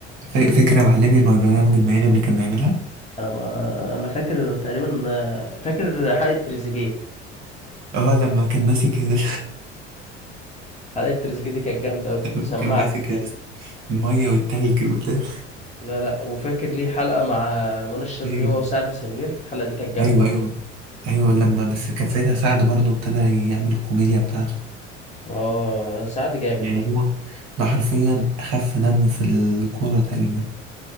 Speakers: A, on the right; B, on the left.
A: ف- فاكر يا معلمي مع البرنامج المالي اللي كان بيعملها
B: أنا ب... أنا فاكر تقريبا آه، فاكر حلقة تريزيجيه
A: اه لما كان ماسك <laughs> ال-
B: حلقة تريزيجيه دي كانت جامدة أوي كانت
A: لما
B: مسمعة
A: كان ماسك
B: كده جامد
A: ال- المية والتلج وبتاع
B: لا لا وفاكر ليه حلقة مع منى الشاذلي
A: ايوه
B: هو وسعد سمير الحلقة دي كانت جامدة
A: ايوه
B: أوي
A: ايوه ايوه لما بس كان ساعتها سعد برضه ابتدى يعمل الكوميديا بتاعته
B: اه سعد جامد
A: يعني
B: برضه
A: هو ده حرفيا اخف دم في الكورة تقريبا